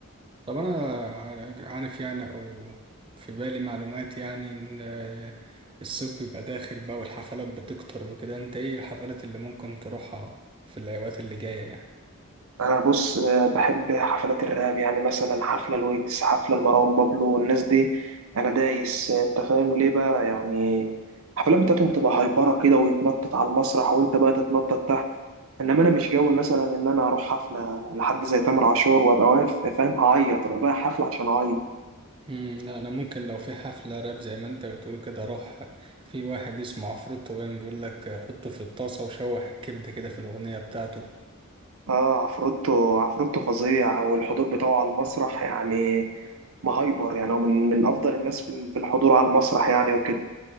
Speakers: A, on the right; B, on the right.
A: طب انا عار- عارف يعني او في بالي معلومات يعني ان آه، الصيف بيبقى داخل بقى والحفلات بتكتر وكده انت ايه الحفلات اللي ممكن تروحها في الايوات اللي جاية يعني
B: انا بص آه، بحب حفلات الراب يعني مثلا حفله الويجز حفله لمروان بابلو والناس دي انا دايس انت فاهم ليه بقى يعني الحفلات بتاعتهم بتبقى هايبره كده ويتنطط على المسرح وانت بقى تتنطط تحت انما انا مش جوي مثلا ان انا اروح حفله لحد زي تامر عاشور وابقى واقف فاهم هعيط رايح حفله عشان اعيط
A: امم لا انا ممكن لو في حفلة راب زي ما انت بتقول كده اروح في واحد اسمه عفروتو باين بيقول لك حطه في الطاسة وشوح الكبدة كده في الاغنية بتاعته
B: اه عفروتو عفروتو فظيع والحضور بتاعه على المسرح يعني مهايبر يعني هو من من افضل الناس في في الحضور على المسرح يعني وكده